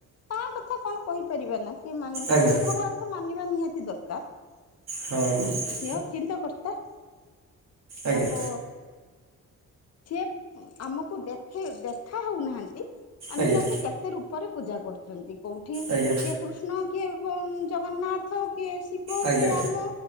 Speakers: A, on the left (about 50°); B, on the right (about 55°).
A: ତା କଥା କଣ କହିପାରିବା ନା କିଏ ମାନୁଛି
B: ଆଜ୍ଞା ଆଜ୍ଞା
A: କିନ୍ତୁ ଭଗବାନଙ୍କୁ ମାନିବା ନିହାତି ଦରକାର।
B: ହଁ।
A: କିଆ ଚିନ୍ତା କରତା।
B: ଆଜ୍ଞା
A: ତାଙ୍କ ସିଏ ଆମକୁ ଦେଖ ଦେଖା ହେଉନାହାନ୍ତି ଆମେ
B: ଆଜ୍ଞା
A: ତାଙ୍କୁ କେତେ ରୂ ପରେ ପୂଜା କରୁଛନ୍ତି କୋଉଠି କିଏ
B: ଆଜ୍ଞା
A: କୃଷ୍ଣ କିଏ ହୁ ଜଗନ୍ନାଥ। କିଏ ଶିବ
B: ଆଜ୍ଞା
A: କିଏ
B: ଆଜ୍ଞା
A: ରାମ